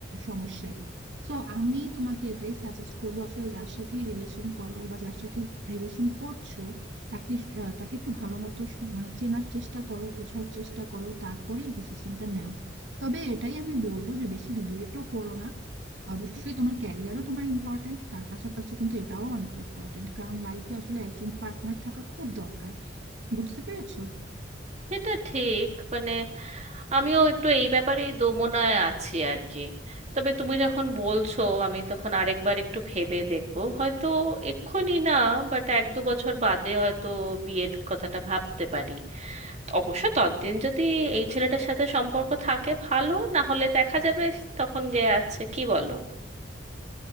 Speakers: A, on the right; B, on the right.
A: সমস্যাই সো আমি তোমাকে এটাই সাজেস্ট করবো আসলে যার সাথে রিলেশন করো বা যার সাথে রিলেশন করছো তাকে আহ, তাকে একটু ভালো মতো শু- মানে চেনার চেষ্টা করো বোঝার চেষ্টা করো তারপরেই ডিসিশনটা নাও তবে এটাই আমি বলবো যে বেশি লেটও করো না অবশ্যই তোমার ক্যারিয়ারও তোমার ইম্পর্টেন্ট তার পাশাপাশি কিন্তু এটাও অনেক ইম্পর্টেন্ট কারণ লাইফে আসলে একজন পার্টনার থাকা খুব দরকার বুঝতে পেরেছো
B: এটা ঠিক মানে আমিও একটু এই ব্যাপারেই দোমনায় আছি আর কি তবে তুমি যখন বলছো আমি তখন আরেকবার একটু ভেবে দেখবো হয়তো এক্ষুনি না বাট এক দু বছর বাদে হয়তো বিয়ের কথাটা ভাবতে পারি অবশ্য ততদিন যদি এই ছেলেটার সাথে সম্পর্ক থাকে ভালো না হলে দেখা যাবে তখন যে আছে কি বলো